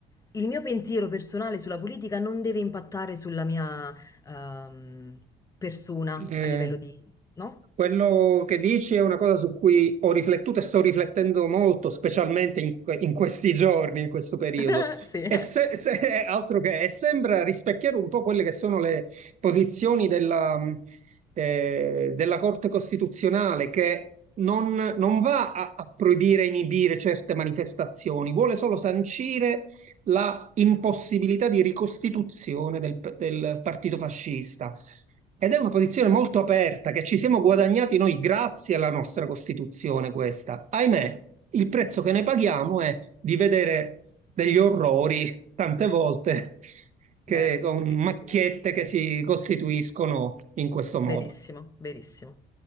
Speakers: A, on the left; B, on the right.
A: il mio pensiero personale sulla politica non deve impattare sulla mia ehm, persona
B: Eh,
A: a livello di... No?
B: quello che dici è una cosa su cui ho riflettuto e sto riflettendo molto, specialmente in, que- in questi giorni, in questo periodo.
A: <laughs> Sì,
B: E se- se- <laughs> è altro che, e sembra rispecchiare un po' quelle che sono le posizioni della, mh, eh, della Corte Costituzionale, che non, non va a, a proibire, inibire certe manifestazioni, vuole solo sancire la impossibilità di ricostituzione del del partito fascista. Ed è una posizione molto aperta che ci siamo guadagnati noi grazie alla nostra Costituzione questa. Ahimè, il prezzo che ne paghiamo è di vedere degli orrori tante volte <laughs> che,
A: vero,
B: con
A: verissimo.
B: macchiette che si costituiscono in questo modo.
A: Verissimo, verissimo.